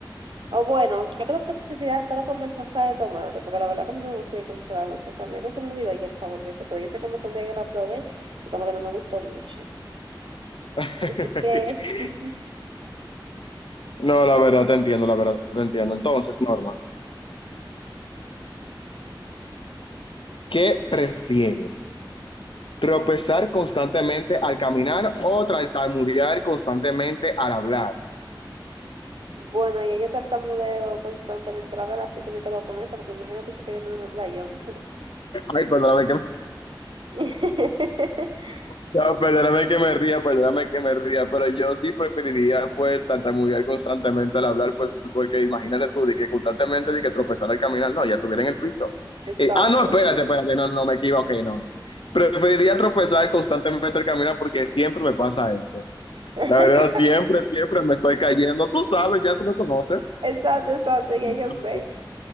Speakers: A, on the right (about 75°); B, on the left (about 85°).
A: O bueno, yo creo que especialidad solo comer salsa de tomate, porque la verdad que a mí no me gusta de que mucho la mostaza. A mí hasta se me olvidó ya el sabor de eso, pero yo sé como que un día yo la probé y como que no me gustó mucho.
B: <laughs>
A: Así que... <laughs>
B: No, la verdad te entiendo, la verdad te entiendo. Entonces, Norma, ¿qué prefieres? ¿Tropezar constantemente al caminar o tartamudear constantemente al hablar?
A: Bueno, y yo tartamudeo constantemente la vela, así que me quedo con esa, porque imagínate tú que yo me doy una trayón.
B: Ay, perdóname que,
A: <laughs>
B: no, perdóname que me ría, perdóname que me ría, pero yo sí preferiría pues tartamudear constantemente al hablar, pues, porque imagínate tú, de que constantemente de que tropezar al caminar, no, ya estuviera en el piso.
A: exacto.
B: Eh, ah, no, espérate, espérate, no, no me equivoqué, no. Preferiría tropezar constantemente al caminar porque siempre me pasa eso.
A: <laughs>
B: La verdad, siempre, siempre me estoy cayendo. Tú sabes, ya tú me conoces.
A: exacto, exacto, ya
B: Tú me
A: yo
B: conoces.
A: sé.